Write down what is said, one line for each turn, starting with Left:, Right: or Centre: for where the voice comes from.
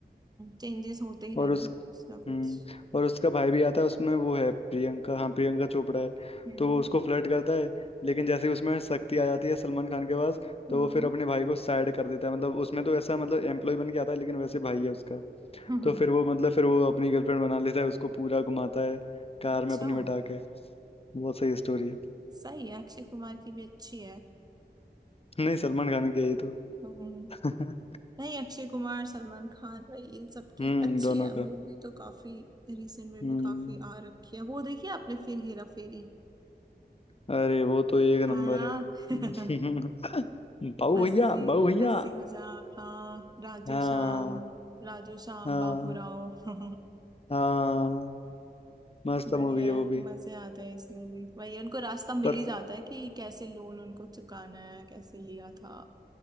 Right: चेंजेस होते ही रहते
Left: और उस
Right: हैं कुछ ना कुछ
Left: हम्म और उसका भाई भी आता है उसमें वो है प्रियंका हाँ प्रियंका चोपड़ा है
Right: हम्म
Left: तो वो उसको फ्लर्ट करता है लेकिन जैसे ही उसमें शक्ति आ जाती है सलमान खान के पास
Right: हम्म
Left: तो वो फिर अपने भाई को साइड कर देता है मतलब उसमें तो ऐसा मतलब एम्प्लॉय बन के आता है लेकिन वैसे भाई है उसका
Right: <laughs>
Left: तो फिर वो मतलब फिर वो अपनी गर्लफ्रेंड बना लेता है उसको पूरा घुमाता है कार
Right: अच्छा
Left: में अपनी बिठा के बहुत सही स्टोरी है
Right: सही है अक्षय कुमार की भी अच्छी है
Left: नहीं सलमान खान की है ये तो
Right: हम्म
Left: <laughs>
Right: नहीं अक्षय कुमार सलमान खान भाई इन सब की
Left: हम्म
Right: अच्छी
Left: दोनों
Right: है मूवी
Left: का
Right: तो काफी रिसेंट में
Left: हम्म
Right: भी काफी आ रखी है वो देखी आपने फिर हेरा फेरी
Left: अरे वो तो एक
Right: है
Left: नंबर
Right: ना
Left: है
Right: <laughs>
Left: <laughs> बाबू
Right: हंसी
Left: भैया बाबू भैया
Right: हंसी मजाक हाँ राजू
Left: हाँ
Right: श्याम राजू श्याम
Left: हाँ
Right: बाबू राव <laughs>
Left: हाँ मस्त
Right: बढ़िया
Left: मूवी है
Right: है
Left: वो भी
Right: मजे आते हैं इसमें भी वही उनको रास्ता मिल
Left: पर
Right: ही जाता है कि कैसे लोन उनको चुकाना है कैसे लिया था